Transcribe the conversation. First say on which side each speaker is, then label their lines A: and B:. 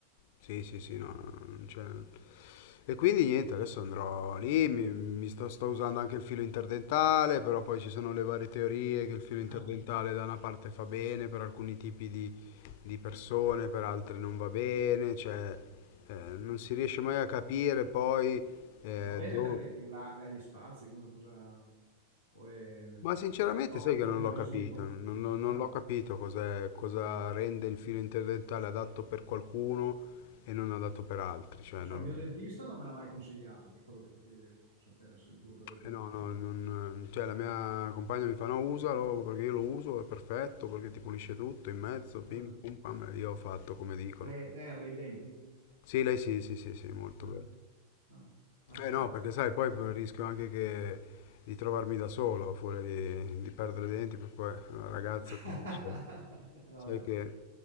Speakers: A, on the left; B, on the right.
A: Sì, sì, sì, no, no, no, non c'è. E quindi niente, adesso andrò lì, mi, mi sto, sto usando anche il filo interdentale, però poi ci sono le varie teorie che il filo interdentale
B: Ah,
A: da una parte fa bene per alcuni tipi di, di persone, per altre non va bene, cioè eh, non si riesce mai a capire poi eh,
B: Va bene
A: dove...
B: perché ti allarga gli spazi, come cosa... o è
A: Ma sinceramente
B: tro-
A: sai
B: è troppo
A: che non
B: invasivo?
A: l'ho capito, non, non- non
B: Ah,
A: l'ho capito cos'è, cosa rende il filo interdentale adatto per qualcuno e non adatto per altri, cioè
B: non
A: non...
B: so, il mio dentista non me l'ha mai consigliato, per quello che ti chiedevo, volevo sapere se il tuo ti ha detto
A: Eh
B: qualcosa.
A: no, no, non, cioè la mia compagna mi fa no, usalo perché io lo uso, è perfetto, perché ti pulisce tutto in mezzo, pim
B: Ah,
A: pum pam, e io ho fatto come dicono.
B: Lei, lei ha bei denti?
A: Sì, lei sì, sì, sì, sì, molto
B: Ah,
A: bello.
B: ah, va bene
A: Eh no, perché
B: dai.
A: sai, poi rischio anche che di trovarmi da solo, a furia di, di perdere i denti, perché poi la ragazza
B: <laughs>
A: ti dice,
B: Vabbè.
A: sai che...